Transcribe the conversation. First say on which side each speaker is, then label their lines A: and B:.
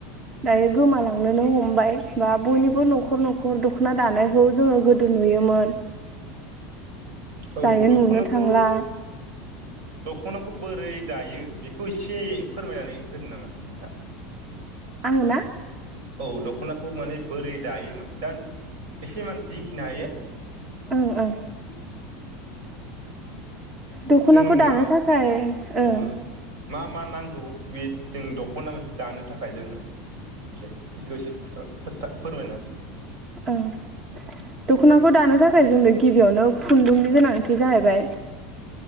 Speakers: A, on the right; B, on the right.
A: दायो गोमालांनोनो हमबाय बा बयनिबो न'खर न'ख न'खर दख'ना दानायखौ जोङो गोदो नुयोमोन।
B: औ
A: दायो
B: दख'नाखौ
A: नुनो थांला
B: दख'नाखौ बोरै दायो बेखौ एसे फोरमायनानै होनो नामा नोंथां।
A: आङो ना?
B: औ दख'नाखौ माने बोरै दायोमोन दा एसेमान जिखिनि हायो।
A: ओं ओं। दख'नाखौ
B: जोंनो
A: दानो
B: मा
A: थाखाय ओं।
B: ओ मा मा नांगौ बे जों दख'ना मोनसे दानो थाखाय जोङो दे बेखौ एसे खोथा। <unintelligible> फोरमायना होदो।
A: ओं दख'नाखौ दानो थाखाय जोंनो गिबियावनो खुन्दुंनि गोनांथि जाहैबाय।